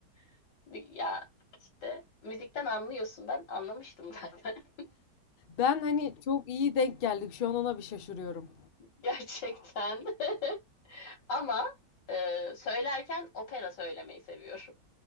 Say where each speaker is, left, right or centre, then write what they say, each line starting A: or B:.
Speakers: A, on the left; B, on the left.
A: <laughs> Ya işte müzikten anlıyorsun. Ben anlamıştım zaten.
B: Ben hani çok iyi denk geldik. Şu an ona bir şaşırıyorum.
A: <laughs> Gerçekten. <laughs> Ama e, söylerken opera söylemeyi seviyorum.